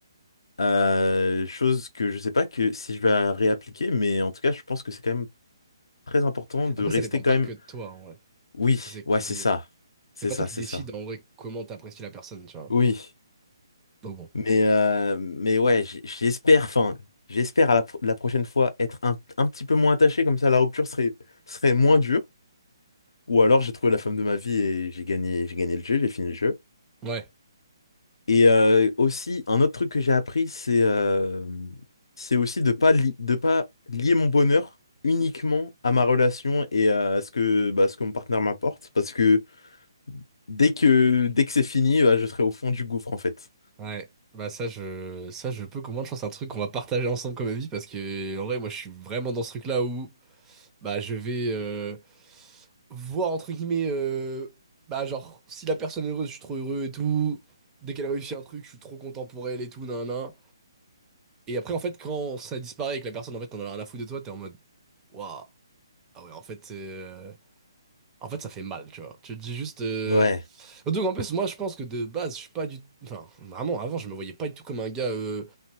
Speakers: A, on the left; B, on the right.
A: Euh, chose que je sais pas que si je vais la réappliquer, mais en tout cas, je pense que c'est quand même très important de
B: Après,
A: rester
B: ça dépend
A: quand
B: pas
A: même.
B: que de toi, en vrai.
A: Oui,
B: C'est
A: ouais,
B: compliqué.
A: c'est ça, c'est
B: C'est pas
A: ça,
B: toi qui
A: c'est
B: décides,
A: ça.
B: en vrai, comment t'apprécies la personne, tu vois.
A: Oui.
B: Donc bon.
A: Mais, euh, mais ouais, j- j'espère, enfin, j'espère à la, pro- la prochaine fois être un, un petit peu moins attaché, comme ça la rupture serait, serait moins dure. Ou alors j'ai trouvé la femme de ma vie et j'ai gagné, j'ai gagné le jeu, j'ai fini le jeu.
B: Ouais,
A: Et euh, aussi, un autre truc que j'ai appris, c'est euh, c'est aussi de pas li- de pas lier mon bonheur uniquement à ma relation et à ce que, bah, ce que mon partenaire m'apporte. Parce que dès que, dès que c'est fini, bah, je serai au fond du gouffre, en fait.
B: ouais. Bah ça, je, ça, je peux comprendre. Je pense que c'est un truc qu'on va partager ensemble comme avis, parce que, en vrai, moi, je suis vraiment dans ce truc-là où Bah, je vais euh, voir, entre guillemets, euh, bah, genre, si la personne est heureuse, je suis trop heureux et tout. Dès qu'elle réussit un truc, je suis trop content pour elle et tout, nan, nan. Et après, en fait, quand ça disparaît et que la personne, en fait, t'en a rien à foutre de toi, t'es en mode, waouh, ah ouais, en fait, euh, en fait, ça fait mal, tu vois. Tu te dis juste. euh,
A: Ouais.
B: Surtout qu'en plus, moi, je pense que de base, je suis pas du. Enfin, vraiment, avant, je me voyais pas du tout comme un gars euh,